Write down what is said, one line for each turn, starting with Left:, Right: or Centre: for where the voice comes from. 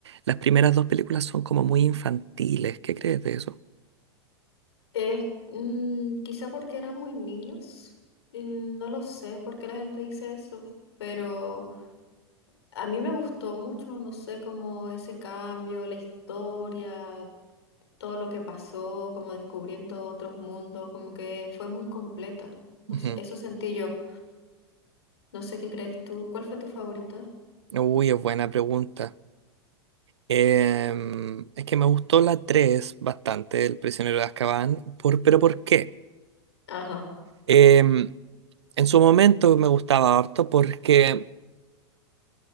Right: las primeras dos películas son como muy infantiles. ¿Qué crees de eso?
Left: es, mm, quizá porque eran muy niños, mm, no lo sé por qué la gente dice eso, pero a mí me gustó mucho, no sé, como ese cambio, la historia todo lo que pasó, como descubriendo otros mundos, como que fue muy completa. No
Right: Ujú.
Left: sé, eso sentí yo. No sé qué crees tú. ¿Cuál fue tu favorita?
Right: Uy, es buena pregunta. Em, es que me gustó la 3 bastante, El prisionero de Azkaban, por, pero ¿por qué?
Left: Ajá,
Right: Em, en su momento me gustaba harto porque